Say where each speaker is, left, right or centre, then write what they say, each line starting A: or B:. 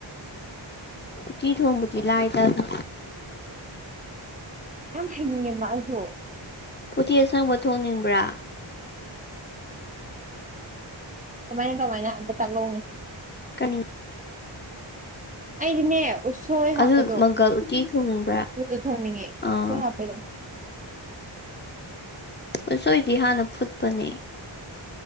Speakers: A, on the left; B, on the right.
A: ꯆꯤ ꯊ ꯍꯣꯡꯗꯤꯂ ꯍꯥꯏ ꯑꯗꯨ
B: ꯌꯥꯝ ꯍꯥꯏꯅꯤꯡꯉꯦ ꯃꯥ ꯑꯁꯨ
A: ꯎꯇꯤ ꯑꯁꯪꯕ ꯊꯣꯡꯅꯤꯡꯕ꯭ꯔꯥ
B: ꯀꯃꯥꯏꯅ ꯀꯃꯥꯏꯅ ꯑꯝꯇ ꯇꯥꯛꯍꯧꯅꯤ
A: ꯀꯅꯤ
B: ꯑꯩꯗꯤꯅꯦ ꯎꯁꯣꯏ
A: ꯑꯗꯨ
B: ꯍꯥꯞꯄꯗꯣ
A: ꯃꯪꯒꯜ ꯎꯇꯤ ꯊꯣꯡꯅꯤꯡꯕ꯭ꯔꯥ
B: ꯎꯁꯣꯏꯗꯣ ꯊꯣꯡꯅꯤꯡꯉꯦ
A: ꯑꯥ
B: ꯎꯁꯣꯏ ꯍꯥꯞꯄꯩꯗꯣ
A: ꯎꯁꯣꯏꯗꯤ ꯍꯥꯟꯅ ꯐꯨꯠꯄꯅꯦ